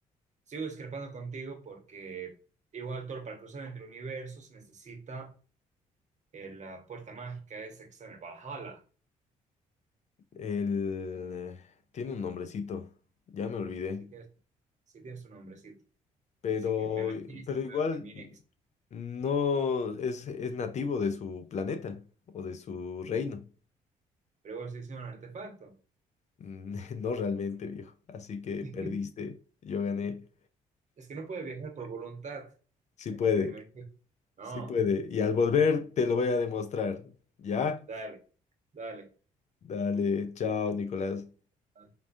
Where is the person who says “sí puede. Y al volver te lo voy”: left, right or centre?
Left